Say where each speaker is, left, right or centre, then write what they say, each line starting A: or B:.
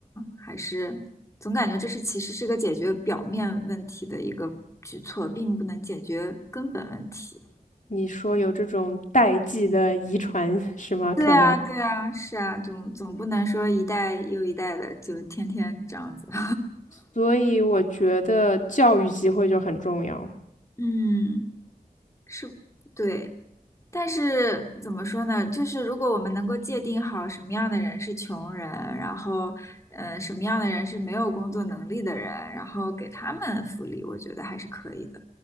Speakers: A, on the left; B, on the left.
A: 还是总感觉这是其实是个解决表面问题的一个举措，并不能解决根本问题。
B: 你说有这种代际的遗传 <laughs> 是吗？
A: 对啊，
B: 可能，
A: 对啊，是啊，总总不能说一代又一代的就天天这样子吧
B: 所以我觉得教育机会就很重要。
A: <laughs> 嗯。是，对，但是怎么说呢？就是如果我们能够界定好什么样的人是穷人，然后，嗯、什么样的人是没有工作能力的人，然后给他们福利，我觉得还是可以的。